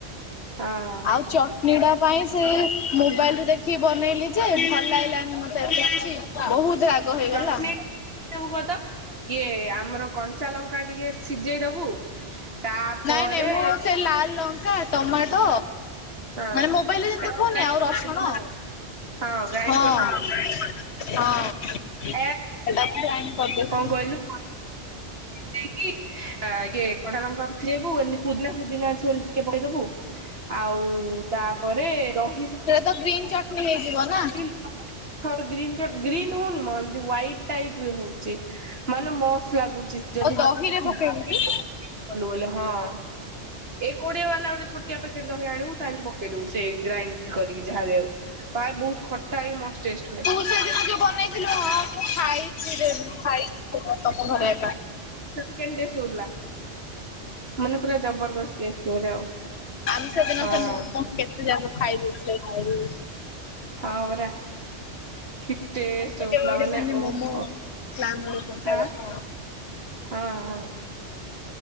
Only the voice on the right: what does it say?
ହଁ
ଚଟଣିୀ ରେ କଣ ପକେଇବୁ କ ତ? ଇଏ ଆମର କଞ୍ଚା ଲଙ୍କା ଟିକେ ସିଝେଇ ଦବୁ। ତାପରେ
ହଁ
ସେଟାକୁ
ଗ୍ରାଇଣ୍ଡ
କରିଥିଲୁ ନା କଣ ହଁ ଗ୍ରାଇଣ୍ଡ
କରିଥିଲୁ
<unintelligible>
କଣ କହିଲୁ? <unintelligible> ଆ ଇଏ କଟା ଲଙ୍କାବୁ ଏମିତି ପୁଦିନା ଫୁଦିନା ଅଛି ବୋଲି ଟିକେ ପକିଦେବୁ ଆଉ। ତାପରେ ଦଶ
<unintelligible> ଗ୍ରୀ ଗ୍ରୀନ୍ ହଉନି ମ ଏମତି ୱେଇଟ୍ ଟାଇପ ହଉଛି। ମାନେ ମସ୍ତ ଲାଗୁଚି ଯଦି
<unintelligible>
କଲୁ ବୋଲି, ହଁ। ଏଇ କୋଡିଆ ବାଲା ଗୋଟେ ଛୋଟିଆ ପକେଟ ର ଆଣିବୁ ତାହେଲେ ପକେଇଦବୁ ସେ ଗ୍ରାଇଣ୍ଡ କରିକି ଯାହା ବି ହଉ ବହୁତ ଖଟା ହେଇକି ମସ୍ତ। ଟେଷ୍ଟ ହୁଏ।
କେମିତି ଡ୍ରେସ୍ ଶିଖିଥିଲା ମାନେ ପୁର ଜବରଦସ୍ଥ ଆଉ।
ହଁ
ହଁ ପରା କି ଟେଷ୍ଟ
ହଉଥିଲା
ମାନେ
ଓହୋ
ଆଁ ହଁ
ହଁ